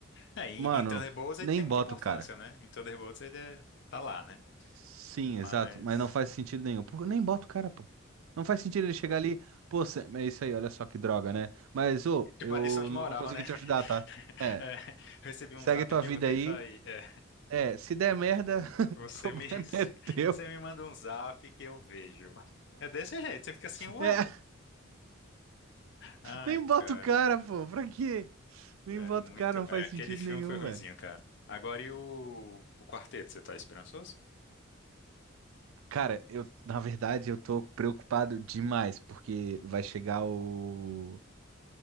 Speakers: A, on the left; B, on the right.
A: É, em,
B: Mano,
A: em Thunderbolts
B: não-
A: ele
B: nem
A: tem muita
B: bota
A: importância,
B: o cara.
A: né? Em Thunderbolts ele é- tá lá, né?
B: Sim,
A: Mas,
B: exato, mas não faz sentido nenhum. Pô, nem bota o cara, pô. Não faz sentido ele chegar ali, pô, Sam, é isso aí, olha só que droga, né? Mas, ô,
A: tipo,
B: eu
A: uma lição de
B: não
A: moral,
B: vou conseguir
A: né? <laughs>
B: te ajudar, tá? É,
A: É, recebi
B: segue
A: um zap
B: tua
A: aqui,
B: vida
A: eu vou ter
B: aí.
A: que sair. É,
B: É, se der merda, <laughs>
A: Você
B: o problema
A: me, <laughs>
B: é teu.
A: você me manda um zap que eu vejo. É desse jeito, você fica assim, ué.
B: É.
A: Ai,
B: Nem bota
A: cara,
B: o cara, pô. Pra quê? Nem
A: é
B: bota
A: muito.
B: o cara, não
A: é,
B: faz
A: aquele
B: sentido
A: filme
B: nenhum,
A: foi ruinzinho,
B: velho.
A: cara. Agora e o, o quarteto, você tá esperançoso?
B: Cara, eu, na verdade, eu tô preocupado demais, porque vai chegar o,